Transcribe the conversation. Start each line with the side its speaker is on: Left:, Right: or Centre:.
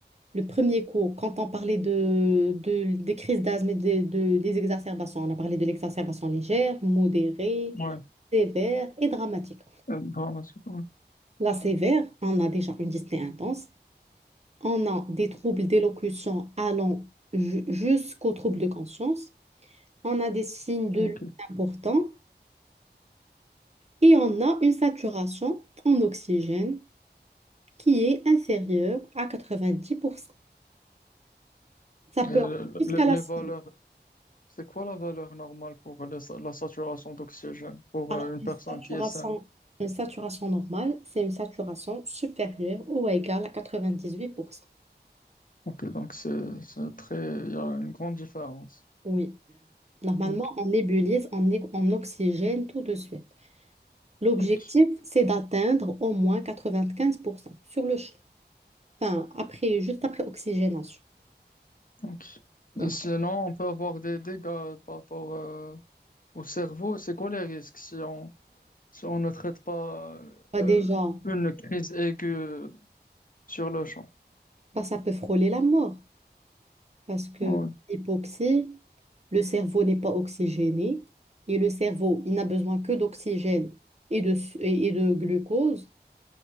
Right: le premier cours, quand on parlait de, de- des crises d'asthme et des de- des exacerbations, on a parlé de l'exacerbation légère, modérée,
Left: Ouais,
Right: sévère et dramatique.
Left: euh, par la suite, ouais.
Right: La sévère, on a déjà une dyspnée intense, on a des troubles d'élocution allant ju- jusqu'aux troubles de conscience, on a des signes de
Left: Ok.
Right: lutte importants. et on a une saturation en oxygène qui est inférieure à 90%. Ça peut
Left: Euh,
Right: aller jusqu'à
Left: le- le-
Right: la
Left: les
Right: cible.
Left: valeurs. C'est quoi la valeur normale pour le sa- la saturation d'oxygène pour
Right: Alors
Left: euh, une
Right: une
Left: personne
Right: saturation,
Left: qui est saine?
Right: une saturation normale, c'est une saturation supérieure ou égale à 98%.
Left: Ok, donc c'est c'est très, il y a une grande différence.
Right: Oui, normalement,
Left: Ok,
Right: on nébulise en, é, en oxygène tout de suite. L'objectif,
Left: ok,
Right: c'est d'atteindre au moins 95% sur le champ. Enfin, après, juste après oxygénation.
Left: ok.
Right: D'accord.
Left: Euh, Sinon, on peut avoir des dégâts par rapport euh, au cerveau. C'est quoi les risques si on si on ne traite pas
Right: Bah
Left: euh,
Right: déjà,
Left: une crise aiguë sur le champ?
Right: bah, ça peut frôler la mort. Parce que
Left: Oui,
Right: l'hypoxie, le cerveau n'est pas oxygéné et le cerveau, il n'a besoin que d'oxygène et de, su- et et de glucose.